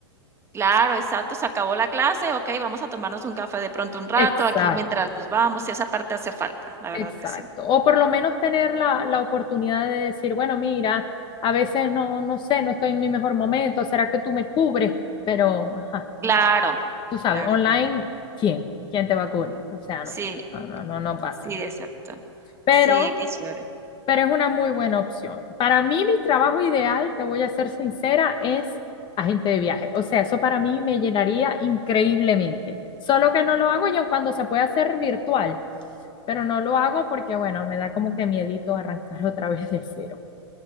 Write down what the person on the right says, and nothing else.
claro, exacto, se acabó la clase, okey, vamos a tomarnos un café de pronto un rato
aquí mientras nos vamos, sí, esa parte hace falta, la verdad
que sí.
Claro,
claro,
claro.
Sí,
sí, exacto.
Sí, qué chévere.